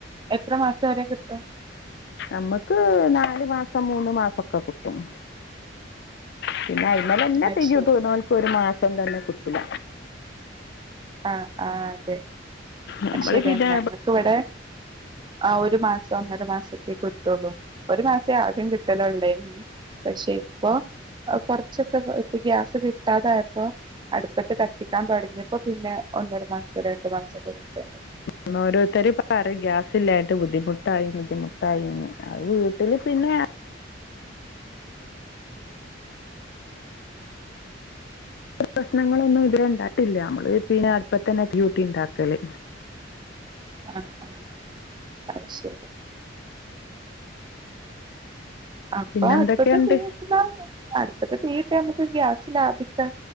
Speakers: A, on the right (about 25°); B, on the left (about 60°).
A: എത്ര മാസവരെ കിട്ടും.
B: നമ്മക്ക് നാാല് മാസം മൂന്ന് മാസൊക്കെ കിട്ടും. പിന്നെ
A: ഉം
B: അയ്മലന്നെ
A: അത്
B: തിജ്ജ്
A: ശരി
B: ഊട്ട്ണോൽക് ഒരു മാസം തന്നെ കിട്ടുല
A: ആഹ് ആഹ് അതെ
B: നമ്മൾ
A: അയ് ശരിയാണ്
B: പിന്നെ
A: ഞങ്ങക്കിവ്ടെ. ആ ഒരു മാസം ഒന്നര മാസൊക്കെ കിട്ടുള്ളൂ ഒരു മാസേ ആദ്യം കിട്ടലൊള്ളേ പഷെ ഇപ്പൊ. അഹ്‌ കൊറച്ചൊക്കെ കെ ഗ്യാസ് കിട്ടാതായപ്പോ അടുപ്പത്ത് കത്തിക്കാൻ തൊടങ്ങിയപ്പോ പിന്നെ ഒന്നര മാസൊ രണ്ടു മാസൊക്കെ കിട്ട്ണ്ട്.
B: ഒന്നോരോര്ത്തര് പറയ് ഗ്യാസ് ഇല്ലായ്ട്ട് ബുദ്ധിമുട്ടായി ബുദ്ധിമുട്ടായിന്ന് അഹ് വീട്ടില് പിന്നെ. പ്രശ്നങ്ങളൊന്നു ഇതെരെണ്ടായിട്ടില്ല മ്മള് പിന്നെ അട്പ്പതന്നെ തിയ്യൂട്ടിണ്ടാക്കല്.
A: ആഹ് ആഹ് അഹ് അയ്ശരി. അപ്പ
B: പിന്നെ എന്തൊക്കെയുണ്ട്
A: അട്പ്പത്ത് ചെയ്യും <unintelligible> അടുപ്പത്ത് തീയൂട്ടിയാ നമ്മക്ക് ഗ്യാസ് ലാഭിക്ക